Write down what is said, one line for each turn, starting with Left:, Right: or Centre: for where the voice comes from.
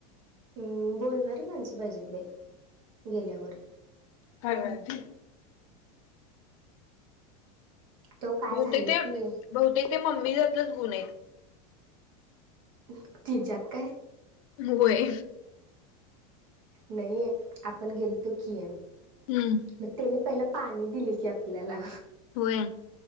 Right: हम् बोलणारी माणसं पाहिजेत बाई गेल्यावर.
Left: काय बाया ती.
Right: तो काय
Left: बहुतेक
Right: झालं
Left: ते
Right: की
Left: बहुतेक ते मम्मी जातलंच गुण आहेत.
Right: हम तिच्यात काय?
Left: होय.
Right: नाही आपण गेलतो की.
Left: हम्म.
Right: म तेनी पहिला पाणी दिले की आपल्याला.
Left: होय.